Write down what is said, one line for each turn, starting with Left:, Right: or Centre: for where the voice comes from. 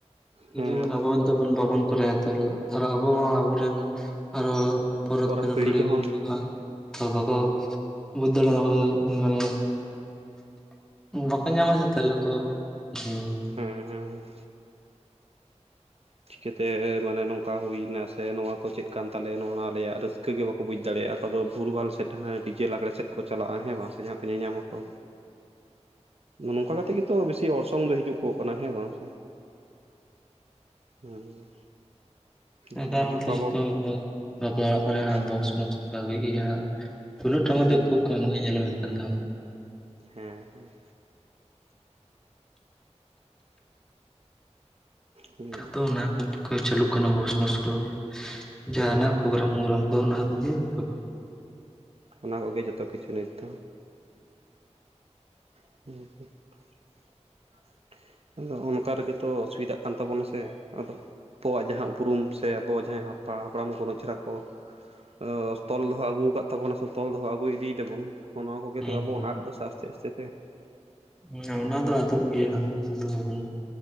Centre: ᱡᱩᱫᱤ
Right: ᱦᱮᱸ
Centre: ᱵᱚᱱ ᱟᱵᱚ ᱢᱮᱱᱛᱮ ᱵᱚᱱ ᱵᱟᱵᱚᱱ ᱠᱚᱨᱟᱭᱟ ᱛᱚᱞ ᱟᱨ ᱟᱵᱚ ᱦᱚᱸ ᱟᱵᱚᱨᱮᱱ ᱟᱨᱚ ᱯᱚᱨᱚᱵᱽ
Right: ᱯᱚᱨᱮᱨ
Centre: ᱛᱮᱱ ᱯᱤᱲᱦᱤ
Right: ᱠᱚᱦᱚᱸ
Centre: ᱩᱱᱠᱩ ᱫᱚ ᱦᱟᱸᱜ ᱟᱵᱚ ᱠᱚ ᱵᱩᱡᱷ ᱫᱟᱲᱮᱸ ᱟᱵᱚ ᱫᱚ ᱢᱟᱱᱮ <inaudible> ᱵᱟᱠᱚ ᱧᱟᱢᱟ ᱛᱷᱟᱞᱮ ᱠᱚ ᱦᱩᱸ
Right: ᱦᱮᱸ ᱦᱮᱸ ᱪᱤᱠᱟᱹᱛᱮ ᱢᱟᱱᱮ ᱱᱚᱝᱠᱟ ᱦᱩᱭᱮᱱᱟ ᱥᱮ ᱱᱚᱣᱟ ᱠᱚ ᱪᱮᱫ ᱠᱟᱱ ᱛᱟᱞᱮᱭᱟ ᱱᱚᱣᱟ ᱟᱞᱮᱭᱟᱜ ᱨᱟᱹᱥᱠᱟᱹ ᱜᱮ ᱵᱟᱠ ᱵᱩᱡᱽ ᱫᱟᱲᱮᱭᱟᱜᱼᱟ ᱠᱚ ᱟᱫᱚ ᱵᱷᱩᱞᱵᱷᱟᱞ ᱥᱮᱫ ᱦᱮᱸ ᱰᱤᱡᱮ ᱞᱟᱜᱽᱲᱮᱸ ᱥᱮᱫ ᱠᱚ ᱪᱟᱞᱟᱜᱼᱟ ᱦᱮᱸ ᱵᱟᱝ ᱥᱮ ᱡᱟᱦᱟᱸ ᱧᱧᱟᱢᱟ ᱠᱚ ᱱᱚᱝᱠᱟ ᱠᱟᱛᱮ ᱜᱮᱛᱚ ᱵᱤᱥᱤ ᱚᱨᱥᱚᱝ ᱫᱚ ᱦᱤᱡᱩᱜ ᱠᱚ ᱠᱟᱱᱟ ᱦᱮᱸ ᱵᱟᱝ ᱥᱮ᱾ ᱦᱩᱸ
Centre: ᱱᱮᱛᱟᱨ
Right: ᱟᱫᱚ ᱱᱚᱣᱟ
Centre: ᱢᱟᱛᱚ
Right: ᱠᱚ ᱟᱵᱚ
Centre: ᱡᱚᱛᱚ ᱠᱚᱜᱮ ᱵᱟᱯᱞᱟ ᱚᱲᱟᱜ ᱠᱚᱨᱮ
Right: ᱦᱮᱸ
Centre: ᱦᱚᱸ ᱵᱚᱠᱥᱼᱢᱚᱠᱥ ᱠᱚ ᱟᱹᱜᱩᱭ ᱜᱮᱭᱟ ᱦᱟᱸᱜ ᱛᱩᱞᱫᱟᱹᱜ ᱴᱟᱢᱟᱠ
Right: ᱦᱩᱸ
Centre: ᱫᱚ ᱠᱷᱩᱵ ᱠᱚᱢ ᱜᱮ ᱧᱮᱞᱚᱜᱼᱟ ᱮᱱᱠᱷᱟᱱ ᱫᱚ᱾
Right: ᱦᱮᱸ ᱦᱮᱸ, ᱦᱩᱸ
Centre: ᱠᱷᱟᱛᱚ ᱱᱟᱜ <unintelligible> ᱪᱷᱟᱹᱞᱩᱜ ᱠᱟᱱᱟ ᱵᱚᱠᱥ-ᱢᱚᱠᱥ ᱠᱚᱜᱮ ᱡᱟᱦᱟᱱᱟᱜ
Right: ᱦᱮᱸ
Centre: ᱯᱨᱳᱜᱨᱟᱢ ᱢᱳᱜᱨᱟᱢ ᱛᱚ ᱚᱱᱟ ᱠᱚᱜᱮ <inaudible>
Right: ᱚᱱᱟ ᱠᱚᱜᱮ ᱡᱚᱛᱚ ᱠᱤᱪᱷᱩ ᱱᱤᱛ ᱫᱚ᱾ ᱴᱷᱤᱠ ᱟᱪᱷᱟ <inaudible> ᱟᱫᱚ ᱚᱝᱠᱟ ᱨᱮᱜᱮ ᱛᱚ ᱚᱥᱩᱵᱤᱫᱟᱜ ᱠᱟᱱ ᱛᱟᱵᱚᱱᱟ ᱥᱮ ᱟᱫᱚ ᱟᱯᱚᱣᱟᱜ ᱡᱟᱦᱟᱸ ᱩᱯᱨᱩᱢ ᱥᱮ ᱟᱵᱚ ᱡᱟᱦᱟᱸ ᱦᱟᱯᱟ ᱦᱟᱯᱲᱟᱢ ᱠᱚ ᱩᱱᱟᱹᱜ ᱪᱮᱦᱨᱟ ᱠᱚ ᱚᱻ ᱛᱚᱞ ᱫᱚᱦᱚ ᱟᱹᱜᱩ ᱠᱟᱜ ᱛᱟᱵᱚᱱᱟ ᱥᱮ ᱛᱚᱞ ᱫᱚᱦᱚ ᱟᱹᱜᱩᱭ ᱤᱫᱤᱭ ᱫᱟᱵᱚᱱ ᱚᱱᱟ ᱠᱚᱜᱮ
Centre: ᱦᱩᱸ
Right: ᱛᱚ ᱟᱵᱚ ᱵᱚᱱ ᱟᱫ ᱮᱫᱟ ᱥᱮ ᱟᱥᱛᱮ ᱟᱥᱛᱮ ᱛᱮ᱾
Centre: ᱦᱮᱸ ᱚᱱᱟ ᱫᱚ ᱟᱫᱚᱜ ᱜᱮᱭᱟ ᱡᱩᱫᱤ ᱵᱟᱵᱚᱱ